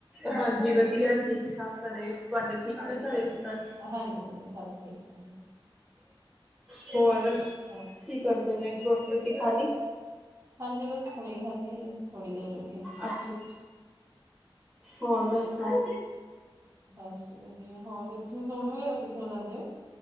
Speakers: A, in the centre; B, on the right.
A: ਹਾਂਜੀ ਵਧੀਆ ਠੀਕ ਠਾਕ ਘਰੇ ਤੁਹਾਡੇ ਠੀਕ ਨੇ ਘਰੇ ਏਧਰ?
B: ਹਾਂਜੀ-ਹਾਂਜੀ ਸਭ ਠੀਕ ਆ ਜੀ।
A: ਹੋਰ
B: ਹਾਂ।
A: ਕੀ ਕਰਦੇ ਪੈ ਰੋਟੀ ਰੁਟੀ ਖਾਲੀ?
B: ਹਾਂਜੀ ਬਸ ਹੁਣੇ ਈ ਖਾਧੀ ਏ ਜੀ ਥੋੜੀ ਦੇਰ ਹੋ ਗਈ ਐ।
A: ਅੱਛਾ-ਅੱਛਾ, ਹੋਰ ਦੱਸੋ?
B: ਬਸ ਵਧੀਆ ਹੋਰ ਜੀ ਤੁਸੀਂ ਸੂਟ ਵਗੈਰਾ ਕਿੱਥੋਂ ਲੈਂਦੇ ਓ?